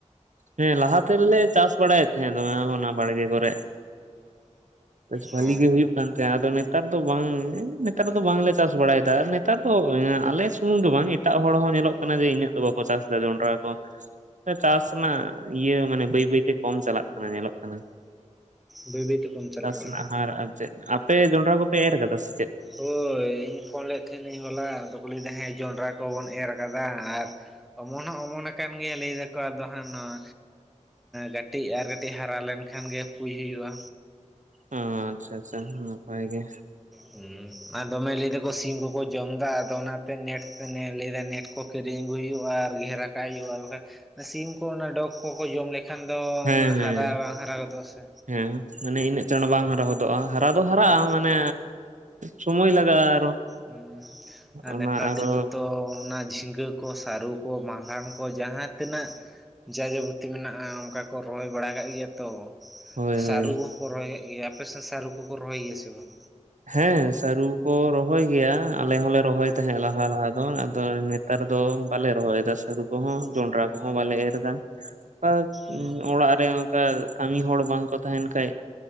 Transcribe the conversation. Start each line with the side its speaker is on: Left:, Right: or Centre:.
Right: ᱦᱮᱸ ᱞᱟᱦᱟᱛᱮ ᱨᱮᱞᱮ ᱪᱟᱥ ᱵᱟᱲᱟᱭᱮᱫ ᱛᱟᱦᱮᱸᱫ ᱫᱚᱢᱮ ᱚᱱᱟ ᱵᱟᱲᱜᱮ ᱠᱚᱨᱮ ᱵᱮᱥ ᱵᱷᱟᱞᱤ
Centre: ᱚ
Right: ᱜᱮ ᱦᱩᱭᱩᱜ ᱠᱟᱱ ᱛᱟᱦᱮᱸ ᱟᱫᱚ ᱱᱮᱛᱟᱨ ᱫᱚ ᱵᱟᱝ ᱱᱮᱛᱟᱨ ᱫᱚ ᱵᱟᱝᱞᱮ ᱪᱟᱥ ᱵᱟᱲᱟᱭᱮᱫᱟ ᱟᱨ ᱱᱮᱛᱟᱨ ᱫᱚ ᱟᱞᱮ ᱥᱩᱢᱩᱝ ᱫᱚ ᱵᱟᱝ ᱮᱴ ᱴᱟᱜ ᱦᱚᱲ ᱦᱚᱸ ᱧᱮᱞᱚᱜ ᱠᱟᱱᱟ ᱡᱮ ᱤᱱᱟᱹᱜ ᱫᱚ ᱵᱟᱠᱚ ᱪᱟᱥ ᱮᱫᱟ ᱡᱚᱸᱰᱨᱟ ᱠᱚ ᱪᱟᱥ ᱨᱮᱱᱟᱜ ᱤᱭᱟᱹ ᱢᱟᱱᱮ ᱵᱟᱹᱭ ᱵᱟᱹᱭᱛᱮ ᱠᱚᱢ ᱪᱟᱞᱟᱜ ᱠᱟᱱᱟ ᱧᱮᱞᱚᱜ ᱠᱟᱱᱟ
Centre: ᱵᱟᱹᱭ ᱵᱟᱹᱭ ᱛᱮᱵᱚᱱ ᱪᱟᱞᱟᱜ
Right: ᱪᱟᱥᱱᱟᱜ
Centre: ᱠᱟᱱᱟ
Right: ᱦᱟᱨ ᱟᱨ ᱪᱮᱫ ᱟᱯᱮ ᱡᱚᱸᱰᱨᱟ ᱠᱚᱯᱮ ᱮᱨ ᱠᱟᱫᱟ ᱥᱮ ᱪᱮᱫ
Centre: ᱦᱳᱭ ᱤᱧ ᱯᱷᱳᱱ ᱞᱮᱫ ᱛᱟᱦᱮᱱᱤᱧ ᱦᱚᱞᱟ ᱟᱫᱚᱠᱚ ᱞᱟᱹᱭᱫᱟ ᱦᱮᱸ ᱡᱚᱸᱰᱨᱟ ᱠᱚᱵᱚᱱ ᱮᱨ ᱠᱟᱫᱟ ᱟᱨ ᱚᱢᱚᱱ ᱦᱚᱸ ᱚᱢᱚᱱ ᱟᱠᱟᱱ ᱜᱮᱭᱟ ᱞᱟᱹᱭ ᱫᱟᱠᱚ ᱟᱫᱚ ᱦᱟ ᱱᱚᱣᱟ ᱠᱟᱹᱴᱤᱡ ᱟᱨ ᱠᱟᱹᱴᱤᱡ ᱦᱟᱨᱟ ᱞᱮᱱᱠᱷᱟᱱ ᱜᱮ ᱯᱩᱭ ᱦᱩᱭᱩᱜᱼᱟ
Right: ᱚ ᱟᱪᱪᱷᱟ ᱟᱪᱪᱷᱟ ᱱᱟᱯᱟᱭ ᱜᱮ
Centre: ᱦᱮᱸ ᱟᱨ ᱫᱚᱢᱮ ᱞᱟᱹᱭ ᱫᱟᱠᱚ ᱥᱤᱢ ᱠᱚᱠᱚ ᱡᱚᱢᱫᱟ ᱟᱫᱚ ᱚᱱᱟᱛᱮ ᱱᱮᱴ ᱞᱟᱹᱭᱫᱟ ᱱᱮᱴ ᱠᱚ ᱠᱤᱨᱤᱧ ᱟᱹᱜᱩᱭ ᱦᱩᱭᱩᱜᱼᱟ ᱟᱨ ᱜᱷᱮᱨᱟ ᱠᱟᱜ ᱦᱩᱭᱩᱜᱼᱟ ᱵᱟᱠᱷᱟᱱ ᱥᱤᱢ ᱠᱚ ᱚᱱᱟ ᱰᱚᱜᱽ ᱠᱚᱠᱚ ᱡᱚᱢ ᱞᱮᱠᱷᱟᱱ ᱠᱷᱟᱱ ᱫᱚ
Right: ᱦᱮᱸ ᱦᱮᱸ
Centre: ᱦᱟᱨᱟ ᱵᱟ ᱦᱟᱨᱟ ᱜᱚᱫᱚᱼᱟ ᱥᱮ
Right: ᱦᱮᱸ ᱢᱟᱱᱮ ᱤᱱᱟᱹᱜ ᱪᱟᱬ ᱵᱟᱝ ᱦᱟᱨᱟ ᱦᱚᱫᱚᱜᱼᱟ ᱦᱟᱨᱟ ᱫᱚ ᱦᱟᱨᱟᱜᱼᱟ
Centre: ᱦᱩᱸ
Right: ᱢᱟᱱᱮ ᱥᱚᱢᱚᱭ ᱞᱟᱜᱟᱜᱼᱟ ᱟᱨᱚ
Centre: ᱦᱮ ᱟᱨ
Right: ᱚᱱᱟ
Centre: ᱱᱮᱛᱟᱨ
Right: ᱟᱨᱚ
Centre: ᱫᱤᱱ ᱜᱮᱛᱚ ᱚᱱᱟ ᱡᱷᱤᱸᱜᱟᱹ ᱠᱚ ᱠᱚ ᱥᱟᱹᱨᱩ ᱠᱚ ᱢᱟᱞᱟᱱ ᱠᱚ ᱡᱟᱦᱟᱸ ᱛᱤᱱᱟᱹᱜ ᱡᱟ ᱡᱟᱵᱚᱛᱤ ᱢᱮᱱᱟᱜᱼᱟ ᱚᱱᱠᱟ ᱠᱚ ᱨᱚᱦᱚᱭ ᱵᱟᱲᱟ ᱠᱟᱜ ᱜᱮᱭᱟ ᱛᱚ
Right: ᱦᱳᱭ
Centre: ᱥᱟᱹᱨᱩ
Right: ᱦᱳᱭ
Centre: ᱠᱚᱦᱚᱸ ᱠᱚ ᱨᱚᱦᱚᱭ ᱠᱟᱜ ᱜᱮᱭᱟ ᱟᱯᱮ ᱥᱮᱫ ᱥᱟᱹᱨᱩ ᱠᱚᱠᱚ ᱨᱚᱦᱚᱭ ᱜᱮᱭᱟ ᱥᱮ ᱵᱟᱝ
Right: ᱦᱮᱸ ᱥᱟᱹᱨᱩ ᱠᱚ ᱨᱚᱦᱚᱭ ᱜᱮᱭᱟ ᱟᱞᱮ ᱦᱚᱞᱮ ᱨᱚᱦᱚᱭ ᱛᱟᱦᱮᱸᱫ ᱞᱟᱦᱟ ᱞᱟᱦᱟ ᱫᱚ ᱟᱫᱚ ᱱᱮᱛᱟᱨ ᱫᱚ ᱵᱟᱞᱮ ᱨᱚᱦᱚᱭᱮᱫᱟ ᱥᱟ. ᱨᱩ ᱠᱚᱦᱚᱸ
Centre: ᱦᱩᱸ
Right: ᱡᱚᱱᱰᱨᱟ ᱠᱚᱦᱚᱸ ᱵᱟᱞᱮ ᱮᱨ ᱮᱫᱟ <unintelligible>
Centre: ᱦᱩᱸ
Right: ᱚᱲᱟᱜ ᱨᱮ <unintelligible> ᱠᱟᱹᱢᱤ ᱦᱚᱲ ᱵᱟᱝ ᱠᱚ ᱛᱟᱦᱮᱱ ᱠᱷᱟᱡ